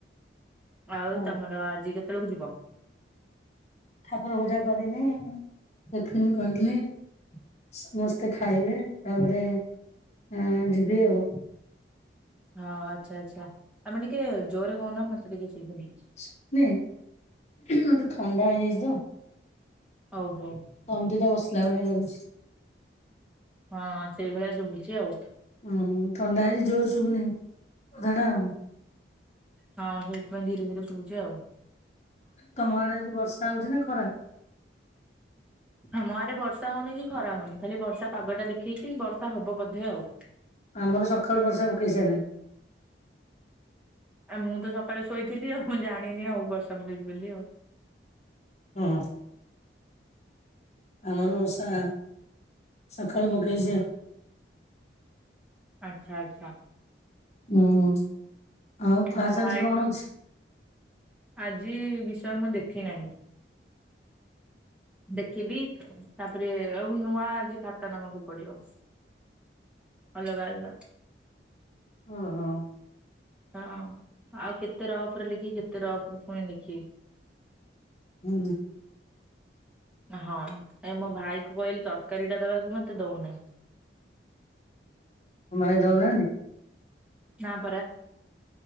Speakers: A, in the centre; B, on the left.
A: ଆଉ
B: ହଁ
A: ତମର ଆଜି କେତେବେଳକୁ ଯିବ?
B: ଠାକୁର ପୂଜା କରିନି। ଟିଫିନ୍ କରିନି। ସମସ୍ତେ ଖାଇବେ ତାପରେ ଆ ଯିବେ ଆଉ।
A: ହଁ ଆଚ୍ଛା ଆଚ୍ଛା। ତମେ ଟିକେ ଜୋରେ କହୁନ। ମତେ ଟିକେ ଶୁଭୁନି।
B: ଶୁଭୁନି? ମତେ ଥଣ୍ଡା ହେଇଯାଇଛି ତ।
A: ହଉ ହଉ।
B: ତଣ୍ଟିଟା ବସିଲା ଭଳିଆ ଲାଗୁଛି।
A: ହଁ ସେଇଭଳିଆ ଶୁଭୁଛି ଆଉ।
B: ହୁଁ ଥଣ୍ଡା ହେଇଛିି। ଜୋର ଶୁଭୁନି କଥାଟା ଆଉ।
A: ହଁ ସେଇଥିପାଇଁ ଧିରେ ଧିରେ ଶୁଭୁଛି ଆଉ।
B: ତମ ଆଡେ ଆଜି ବର୍ଷା ହଉଛି ନା ଖରା?
A: ଆମ ଆଡେ ବର୍ଷା ହଉନି କି ଖରା ହଉନି। ଖାଲି ବର୍ଷା ପାଗଟା ଦେଖେଇଛି ବର୍ଷା ହବ ବୋଧେ ଆଉ।
B: ଆମର ସକାଳୁ ବର୍ଷା ପକେଇ ସାଇଲାଣି।
A: ଆ ମୁଁ ତ ସକାଳେ ଶୋଇଥିଲି ଆଉ। ମୁଁ ଜାଣିନି ଆଉ ବର୍ଷା ପକେଇଛି ବୋଲି ଆଉ।
B: ହଁ। ଆମର ବର୍ଷା ସକାଳୁ ପକେଇଛି ଆଉ।
A: ଆଚ୍ଛା ଆଚ୍ଛା।
B: ହୁଁ। ଆଉ କ୍ଲାସ
A: ମୋ ଭାଇକୁ
B: ଆଜି କଣ ଅଛି?
A: ଆଜି ବିଷା ମୁଁ ଦେଖି ନାହିଁ। ଦେଖିବି ତାପରେ ଆଉ ନୂଆ ଆଜି ଖାତା ନବାକୁ ପଡିବ। ଅଲଗା ଅଲଗା।
B: ଓହୋ
A: ହଁ ଆଉ କେତେ ରଫରେ ଲେଖିକି କେତେ ରଫରେ ପୁଣି ଲେଖିବି।
B: ହୁଁ।
A: ହଁ ଏ ମୋ ଭାଇ କୁ କହିଲି ତରକାରୀଟା ଦବାକୁ ମତେ ଦଉନି।
B: ଭାଇ ଦଉ ନାହାନ୍ତି?
A: ନାଁ ପରା।